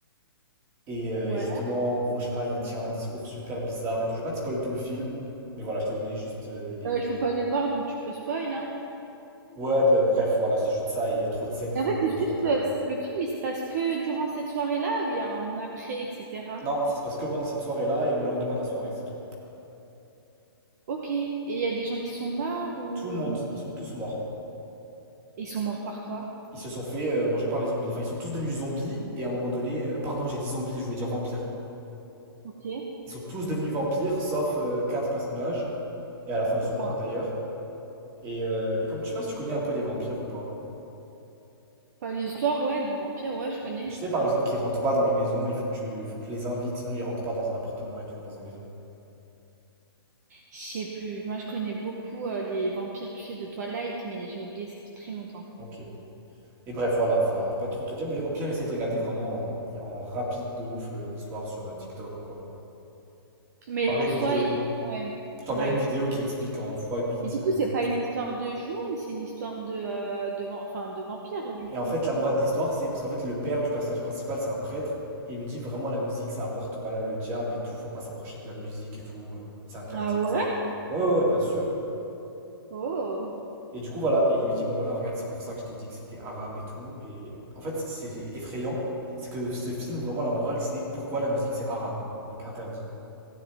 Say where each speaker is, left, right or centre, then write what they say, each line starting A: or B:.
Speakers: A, on the right (about 20°); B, on the right (about 40°).
A: Et euh,
B: ouais.
A: justement, en gros, je sais pas, il tient un discours super bizarre et tout. Je vais pas te spoil tout le film, mais voilà, je t'ai donné juste euh, les.
B: Euh, je peux pas aller le voir, donc tu peux spoil, hein.
A: Ouais, bah, bref, voilà, c'est juste ça et il y a trop de scènes qui
B: Et
A: font
B: en fait,
A: vraiment
B: c'est juste
A: trop peur.
B: euh, c'est- le film, il se passe que durant cette soirée-là, ou il y a un après, etc.
A: Non, ça se passe que pendant cette soirée-là et le lendemain de la soirée, c'est tout.
B: Ok. Et il y a des gens qui sont morts ou
A: Tout le monde, ils sont tous morts.
B: et ils sont morts par quoi?
A: Ils se sont fait euh, manger par les zombies. Enfin, ils sont tous devenus zombies et à un moment donné. euh, pardon, j'ai dit zombies, je voulais dire vampires.
B: Ok.
A: Ils sont tous devenus vampires, sauf euh, quatre personnages. Et à la fin, ils
B: Pourquoi?
A: sont morts d'ailleurs. Et, euh, et comme tu sais pas si tu connais un peu les vampires ou pas.
B: Enfin, les histoires, ouais, de vampires, ouais, je connais.
A: Je sais par exemple qu'ils rentrent pas dans les maisons, il faut que tu, faut que tu les invites, sinon ils rentrent pas dans un appartement et tout, dans une maison.
B: Je sais plus. Moi, je connais beaucoup euh, les vampires, tu sais, de Twilight, mais j'ai oublié, ça fait très longtemps.
A: Ok. Et bref, voilà, enfin, pas trop te dire, mais au pire, essaie de regarder vraiment en, en rapide de ouf euh, une histoire sur euh, TikTok ou quoi.
B: Mais
A: Je t'enverrai
B: en soi,
A: une vidéo.
B: il- ouais,
A: Je t'enverrai
B: ouais.
A: une vidéo qui explique en fois huit,
B: Mais du
A: euh,
B: coup,
A: vraiment.
B: c'est pas une histoire de Jnoun, c'est une histoire de, euh, de, van- enfin, de vampire, du
A: Et
B: coup.
A: en fait, la morale de l'histoire, c'est parce qu'en fait, le père du personnage principal, c'est un prêtre, et il lui dit vraiment la musique, ça apporte, voilà, le diable et tout, faut pas s'approcher de la musique et tout, euh, c'est interdit,
B: Ah ouais?
A: etc. Ouais, ouais, ouais, bien sûr.
B: Oh,
A: Et du coup, voilà, et il lui dit, bah voilà, regarde, c'est pour ça que je t'ai dit que c'était haram et tout. Et en fait, c'est c'est effrayant, c'est que ce film, vraiment, la morale, c'est pourquoi la musique, c'est haram, donc interdit.